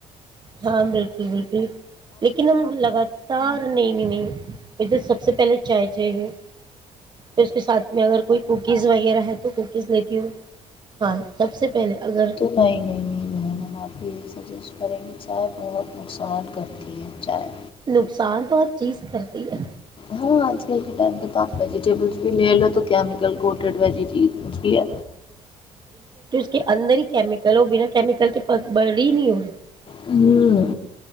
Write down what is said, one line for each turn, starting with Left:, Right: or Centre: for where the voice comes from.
Right: ہاں بالکل بالکل لیکن ہم لگاتار نہیں نہیں نہیں یہ تو سب سب سے پہلے چائے چاہیے پھر اس کے ساتھ میں اگر کوئی کوکیز وغیرہ ہے تو کوکیز لیتی ہوں ہاں سب سے پہلے اگر
Left: نہیں نہیں نہیں مہم ہم آپ کو یہی سجیسٹ کریں گے چائے بہت نقصان کرتی ہے چائے
Right: نقصان تو ہر چیز کرتی ہے
Left: ہاں آج کل کتا ت ویجیٹیبلس بھی لے لو تو کیمیکل کوٹڈ ویجیٹیبلس بھی ہے
Right: کہ اندر ہی کیمییکل ہو بنا کیمییکل کے پ بڑی نہیں ہوی
Left: ہوں